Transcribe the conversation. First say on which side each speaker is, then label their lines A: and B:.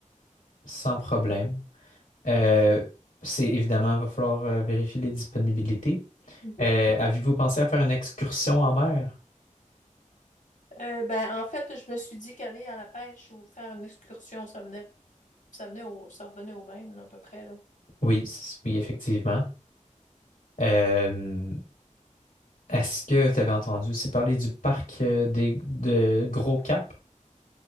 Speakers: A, on the left; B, on the left.
A: sans problème. Euh, c'est évidemment, il va falloir euh, vérifier les disponibilités.
B: Mhm.
A: Euh, avez-vous pensé à faire une excursion en mer?
B: Euh, ben, en fait, je me suis dit qu'aller à la pêche ou faire une excursion, ça venait, ça venait au, ça revenait au même, là, à peu près, là.
A: Oui, c- oui, effectivement. Euh, est-ce que vous avez entendu aussi parler du parc euh, des, de Gros Cap?